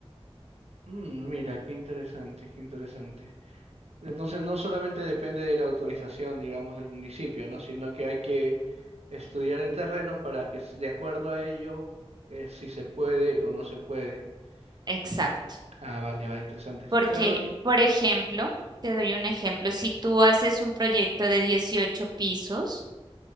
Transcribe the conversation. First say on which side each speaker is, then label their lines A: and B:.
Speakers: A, on the right; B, on the right.
A: Mm, mira, qué interesante, qué interesante. Entonces no solamente depende de la autorización, digamos, del municipio, ¿no? Sino que hay que estudiar el terreno para que s- de acuerdo a ello eh, si se puede o no se puede.
B: Exacto.
A: Mm. Ah, vale, vale, interesante.
B: Porque,
A: Claro, y-
B: por ejemplo, te doy un ejemplo, si tú haces un proyecto de 18 pisos,